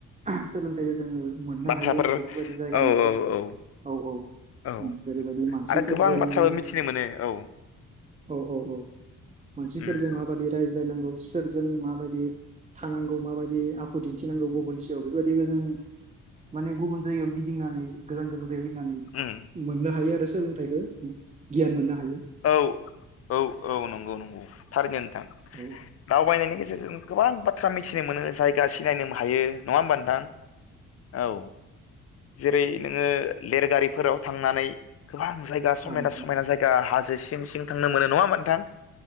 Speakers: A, on the right (about 25°); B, on the left (about 50°).
A: ओह सोलोंथाइखौ जोङो मोननो
B: बाथ्राफोर
A: हायो बेफोरबादि जायगानिफ्राइ
B: औ औ औ
A: औ औ
B: औ
A: उम ओरैबादि मानसिफोर
B: आरो गोबां
A: जायो
B: बाथ्राबो मिथिनो मोनो औ
A: औ औ औ मानसिफोरजों
B: उम उम
A: माबायदि रायज्लायनांगौ सो फोरजों माबायदि थानांगौ माबायदि आखु दिन्थिनांगौ गुबुननि सायाव बेफोरबायदिखौ जों माने गुबन जायगायाव गिदिंनानै गोजान गोजान जायगायाव गिदिंनानै
B: उम
A: मोननो हायो आरो सोलोंथाइखौ गियान मोननो हायो
B: औ औ औ नंगौ नंगौ थारैनो नोंथां
A: औ औ
B: दावबायनायनि गेजेरजों गोबां बाथ ज्राम मिथिनो मोनो जायगा सिनायनो मोनो हायो नङा होमबा नोंथां औ जेरै नोङो लेरगारिफोराव थांनानै गोबां जायगा समायना
A: औ नोंथां
B: समायना जायगा हाजो सिं सिं थांनो मोनो नङा होनबा नोंथां